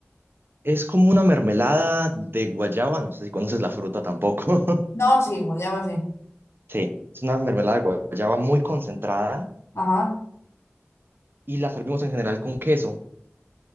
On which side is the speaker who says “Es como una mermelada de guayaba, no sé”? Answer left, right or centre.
Right